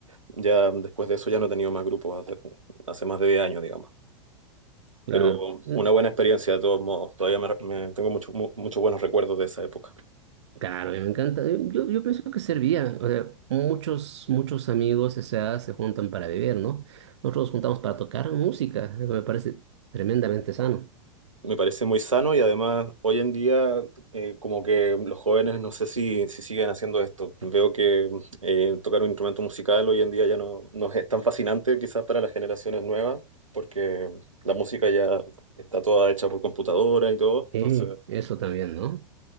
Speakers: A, on the right; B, on the right.
A: ya mm, después de eso ya no he tenido más grupos hace, hace más de 10 años, digamos.
B: claro.
A: Pero
B: Mm,
A: una buena experiencia de todos modos. Todavía me, me- tengo muchos mu- muchos buenos recuerdos de esa época.
B: Claro, me encanta. Eh, Yo, yo pienso que servía. O sea, muchos, muchos amigos o sea, se juntan para beber, ¿no? Nosotros nos juntamos para tocar música. Eso me parece tremendamente sano.
A: Me parece muy sano y además hoy en día eh, como que los jóvenes no sé si, si siguen haciendo esto. Veo que eh, tocar un instrumento musical hoy en día ya no, no es tan fascinante quizás para las generaciones nuevas porque la música ya está toda hecha por computadora y todo. Entonces,
B: Eh, eso también, ¿no?